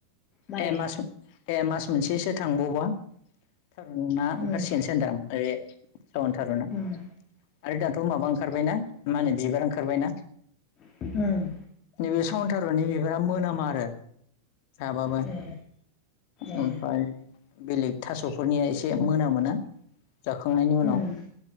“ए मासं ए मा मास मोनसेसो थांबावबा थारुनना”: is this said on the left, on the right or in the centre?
Left